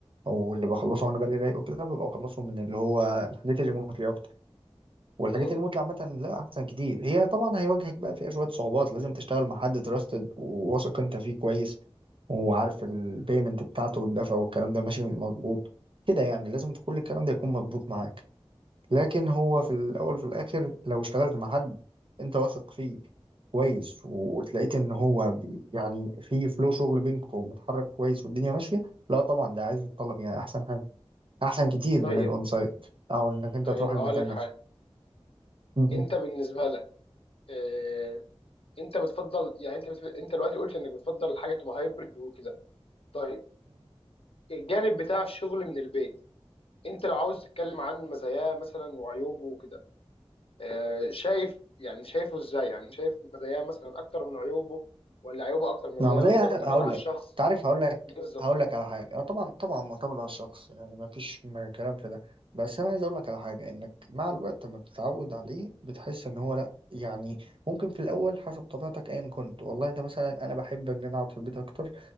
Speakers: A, on the right; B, on the left.
A: او اللي بخلصه وانا بالي رايق وكده ببقى بخلصه من اللي هو الحاجات الريموتلي اكتر والحاجات
B: مم.
A: الريموتلي عامه لا احسن كتير هي طبعا هيواجهك بقى فيها شويه صعوبات لازم تشتغل مع حد تراستد وواثق انت فيه كويس وعارف البيمنت بتاعته والدفع والكلام ده ماشي مظبوط كده يعني لازم كل الكلام ده يكون مظبوط معاك لكن هو
B: مم.
A: في الأول وفي الآخر لو اشتغلت مع حد أنت واثق فيه كويس وتلاقيت إن هو بي- يعني في فلو شغل بينكم ومتحرك كويس والدنيا ماشية لا طبعا ده عايز الطلب يعني أحسن حاجة أحسن كتير
B: طيب
A: من الأون سايت أو إنك أنت
B: طيب
A: تروح المكان
B: اقول لك
A: نفسه
B: حاجه
A: <laughs>
B: انت بالنسبه لك اه... انت بتفضل يعني انت بتف... انت دلوقتي قلت انك بتفضل الحاجه تبقى هايبرد وكده طيب الجانب بتاع الشغل من البيت انت لو عاوز تتكلم عن مزاياه مثلا وعيوبه وكده آه، شايف يعني شايفه ازاي يعني شايف مزاياه مثلا اكتر من عيوبه ولا عيوبه اكتر من مزاياه
A: ما هو زي
B: ولا ده معتمد
A: هقول
B: على الشخص
A: لك انت عارف هقول لك
B: ليه بالظبط
A: هقول لك على حاجه اه طبعا طبعا معتمد على الشخص يعني ما فيش م- كلام في ده بس انا عايز اقول لك على حاجه انك مع الوقت لما بتتعود عليه بتحس ان هو لا يعني ممكن في الاول حسب طبيعتك ايا كنت والله انت مثلا انا بحب ان انا اقعد في البيت اكتر